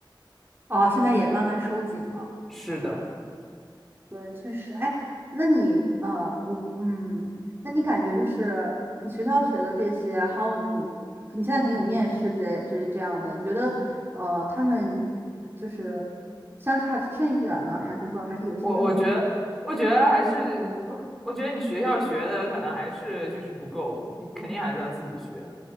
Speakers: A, on the right; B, in the centre.
A: 哦，现在也慢慢收紧了。
B: 是的，
A: 对对，确实。哎，那你呃，我嗯，那你感觉就是你学校学的这些，还有你你现在肯定有面试这这这样的，你觉得呃，他们就是相差甚远呢，还是说还是有些用处？
B: 我我觉得，我觉得还是，呃我觉得你学校学的可能还是就是不够，你肯定还是要自己学，